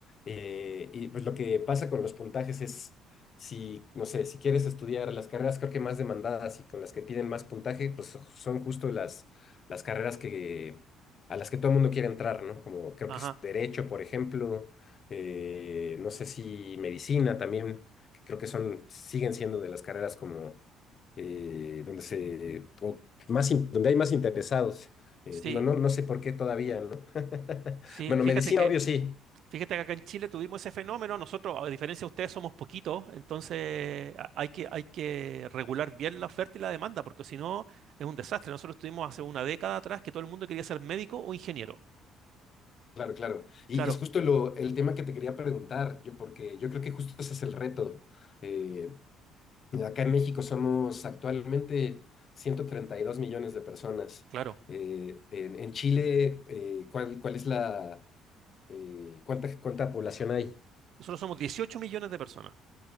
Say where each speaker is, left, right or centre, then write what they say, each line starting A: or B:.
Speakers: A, on the left (about 35°); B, on the right (about 50°).
A: eh, y pues lo que pasa con los puntajes es, si, no sé, si quieres estudiar las carreras creo que más demandadas y con las que piden más puntaje, pues son justo las, las carreras que, a las que todo el mundo quiere entrar, ¿no? Como creo
B: Ajá,
A: que es derecho, por ejemplo, eh, no sé si medicina también, que creo que son, siguen siendo de las carreras como eh, donde se, o más in- donde hay más interesados. Eh,
B: sí,
A: digo, no, no sé por qué todavía, ¿no? <laughs>
B: sí.
A: Bueno,
B: Fíjate
A: medicina,
B: que
A: obvio, sí.
B: Fíjate que acá en Chile tuvimos ese fenómeno. Nosotros, a diferencia de ustedes, somos poquitos, entonces a- hay que, hay que regular bien la oferta y la demanda, porque si no es un desastre. Nosotros tuvimos hace una década atrás que todo el mundo quería ser médico o ingeniero.
A: Claro, claro. Y
B: Claro,
A: es justo lo, el tema que te quería preguntar, yo, porque yo creo que justo ese es el reto. Eh, acá en México somos actualmente 132 millones de personas.
B: claro.
A: Eh, en, en Chile, eh, ¿cuál, cuál es la, eh, cuánta, cuánta población hay?
B: Nosotros somos 18 millones de personas.